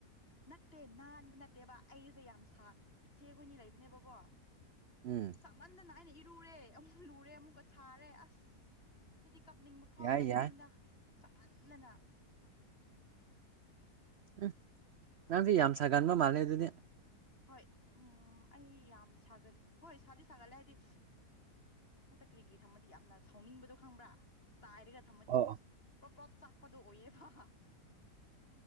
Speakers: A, on the left; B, on the right.
A: ꯅꯠꯇꯦ ꯅꯥꯟꯕ ꯅꯠꯇꯦꯕ ꯑꯩꯁꯦ ꯌꯥꯝ ꯁꯥ ꯏꯆꯦ ꯍꯨꯅꯤ ꯂꯩꯕꯅꯦꯕꯀꯣ
B: ꯎꯝ
A: ꯆꯥꯃꯟꯗꯅ ꯑꯩꯅ ꯏꯔꯨꯔꯦ ꯑꯃꯨꯛ ꯂꯨꯔꯦ ꯑꯃꯨꯛꯀ ꯁꯥꯔꯦ ꯑꯁ ꯍꯥꯏꯗꯤ ꯀꯞꯅꯤꯡꯕ ꯐꯥꯎꯔꯕ
B: ꯌꯥꯏ ꯌꯥꯏ
A: ꯋꯥꯅꯤꯗ ꯆꯞꯃꯥꯟꯅꯅ
B: ꯎ ꯅꯪꯁꯨ ꯌꯥꯝ ꯁꯥꯒꯟꯕ ꯃꯥꯜꯂꯦ ꯑꯗꯨꯗꯤ
A: ꯍꯣꯏ ꯎꯝ ꯑꯩ ꯌꯥꯝ ꯁꯥꯒꯅꯤ ꯍꯣꯏ ꯁꯥꯗꯤ ꯁꯥꯒꯠꯂꯦ ꯍꯥꯏꯗꯤ꯫ ꯀꯔꯤ ꯀꯔꯤ ꯊꯝꯃꯗꯤ ꯌꯥꯝꯅ ꯁꯥꯎꯅꯤꯡꯕꯗꯣ ꯈꯪꯕ꯭ꯔꯥ ꯆꯥꯏꯔꯒ ꯊꯝꯃꯗꯤ
B: ꯑꯣ
A: ꯑꯗꯨꯝ ꯄ꯭ꯔꯣꯞ ꯄ꯭ꯔꯣꯞ ꯆꯥꯛꯄꯗꯣ ꯑꯣꯏꯌꯦꯕ